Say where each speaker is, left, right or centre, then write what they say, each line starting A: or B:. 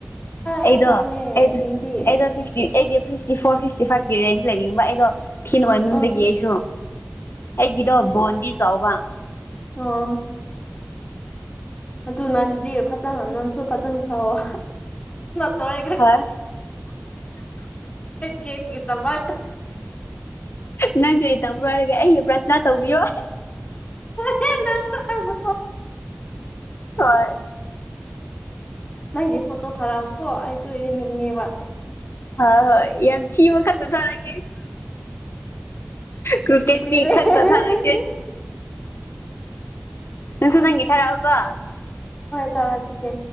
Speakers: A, on the left; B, on the left.
A: ꯌꯥꯝ
B: ꯑꯩꯗꯣ
A: ꯄꯥꯝꯃꯦ
B: ꯑꯩꯣ
A: ꯅꯪꯗꯤ
B: ꯑꯩꯗꯣ
A: ꯑ
B: ꯐꯇꯤ ꯑꯩꯗꯤ ꯐꯤꯇꯤ ꯐꯣꯔ ꯐꯤꯇꯤ ꯐꯥꯏꯚ ꯔ ꯑꯩꯁꯨ ꯂꯩꯅꯤꯡꯕ ꯑꯩꯗꯣ ꯊꯤꯅ ꯑꯣꯏꯃꯟꯗꯒꯤ
A: ꯑꯣ
B: ꯑꯩꯁꯨ ꯑꯩꯒꯤꯗꯣ ꯕꯣꯟꯗꯤ ꯆꯥꯎꯕ
A: ꯑꯣ ꯑꯗꯨ ꯅꯟꯗꯤ ꯐꯖꯅ ꯅꯟꯁꯨ ꯐꯖꯅ ꯁꯑꯣꯣ ꯇꯒꯣꯏ
B: ꯍꯣꯏ
A: ꯀꯦꯝ ꯃ
B: ꯅꯪ ꯀꯔꯤ ꯇꯧꯕꯔꯔꯒꯦ ꯑꯩꯒꯤ ꯄ꯭ꯔꯁꯅꯥ ꯇꯧꯕꯤꯌꯣ
A: ꯍꯦ ꯅꯕꯨ
B: ꯍ
A: ꯅꯪꯁꯦ ꯐꯣꯇꯣ ꯊꯥꯔꯛꯑꯣꯀꯣ ꯑꯩꯁꯨ ꯌꯦꯅꯤꯡꯅꯦꯕ
B: ꯍꯣꯏ ꯍꯣꯏ ꯌꯥꯝ ꯀꯤꯕ ꯈꯛꯇ ꯊꯥꯔꯛꯒꯦ ꯀ꯭ꯔꯀꯦꯠ
A: ꯀꯨꯏꯔꯦ
B: ꯊꯕ
A: ꯍꯣꯏ
B: ꯊꯔꯒꯦ ꯅꯪꯁꯨ ꯅꯪꯒꯤ ꯊꯥꯔꯛꯑꯣꯀꯣ
A: ꯇꯥꯔꯥꯛꯄꯤꯒꯦ